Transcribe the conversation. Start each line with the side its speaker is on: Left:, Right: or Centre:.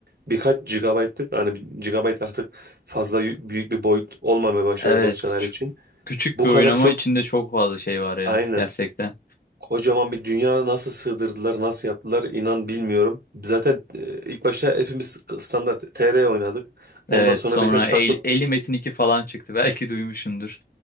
Right: Birkaç gigabaytlık hani bir gigabayt artık fazla y- büyük bir boyut olmamaya başladı
Left: Evet.
Right: dosyalar için.
Left: Küçük
Right: Bu
Left: bir
Right: kadar
Left: oyun ama
Right: çok
Left: içinde çok fazla şey var ya
Right: aynen
Left: gerçekten.
Right: Kocaman bir dünya nasıl sığdırdılar, nasıl yaptılar inan bilmiyorum. Zaten e, ilk başta hepimiz standart TR oynadık.
Left: Evet,
Right: Ondan sonra
Left: sonra
Right: birkaç
Left: El,
Right: farklı
Left: Eli Metin 2 falan çıktı. <laughs> Belki duymuşsundur.